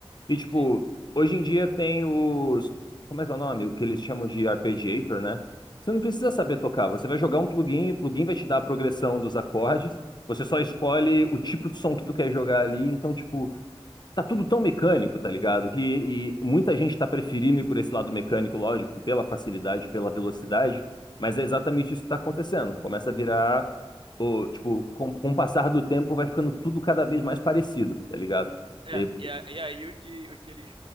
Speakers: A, on the left; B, on the right.
A: E, tipo,
B: Sim.
A: hoje em dia tem os. Como é que é o nome? O que eles chamam de arpeggiator, né? Você não precisa saber tocar, você vai jogar um plugin, o plugin vai te dar a progressão dos acordes, você só escolhe o tipo de som que tu quer jogar ali, então, tipo. Tá tudo tão mecânico, tá ligado? Que e muita gente tá preferindo ir por esse lado mecânico, lógico, pela facilidade, pela velocidade, mas é exatamente isso que tá acontecendo. Começa a virar, o, tipo, com, com o passar do tempo vai ficando tudo cada vez mais parecido, tá ligado?
B: É,
A: E,
B: e, a- e aí o que, o que eles,